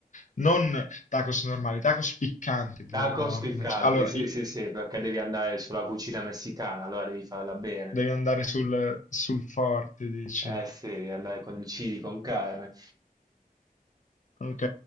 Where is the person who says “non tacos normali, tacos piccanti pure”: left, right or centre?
Left